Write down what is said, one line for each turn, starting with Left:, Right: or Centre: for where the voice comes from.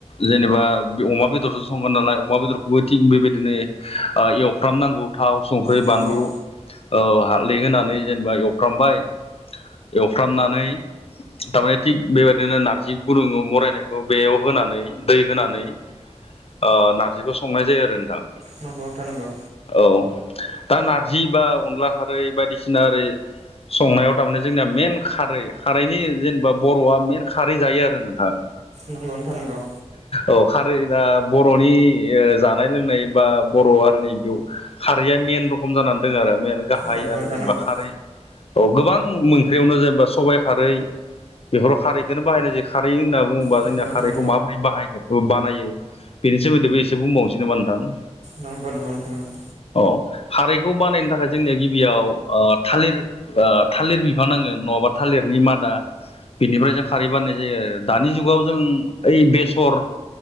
Left: जेनेबा अमा बेदरसो संगोन नालाय अमा बेदरखौबो थिग बेबायदिनो ओ एवफ्रामनांगौ थाव संख्रि
Right: नंगौ
Left: बानलु ओ हालदै होनानै जेनेबा एवफ्रामबाय एवफ्रामनानै तामाने थिग बेबायदिनो नारजि गुरुंङाव मरायनायखौ बेयाव होनानै दै होनानै ओ नारजिखौ संनाय जायो आरो नोंथां।
Right: नंगौ नोथां नंगौ।
Left: औ दा नारजि बा अनला खारै बायदिसिना ओरै संनायाव तामाने जोंनिया मेन खारै खारैनि जेनेबा बर'आ मेन खारै जायो आरो नोंथां।
Right: नंगौ नोथां नांगौ।
Left: औ खारै दा बर'नि ओ जानाय लोंनाय बा बर' हारिनि बेव खारैया मेन रखम जानानै दोङो आरो मेन गाहाय
Right: नंगौ
Left: आरो
Right: नोंथां
Left: जेनेबा
Right: नंगौ
Left: खारै औ गोबां ओंख्रैयावनो जेनेबा सबाइ खारै। बेफोराव खारैखोनो बाहायनाय जायो खारै होनना बुङोबा
Right: नंगौ
Left: जोंनिया खारैखौ
Right: नोंथां
Left: माबोरै बाहायो ओ बानायो बेनि सोमोन्दैबो एसे बुंबावनोसै नोमा नोंथां
Right: नंगौ नंगौ नोंथां नंगौ।
Left: औ खारैखौ बानायनो थाखाय जोंनिया गिबियाव थालिर थालिर बिफां नांगोन नङाबा थालिरनि मादा बिनिफ्राय जों खारै बारनाय जायो आरो दानि जुगाव जों ओइ बेसर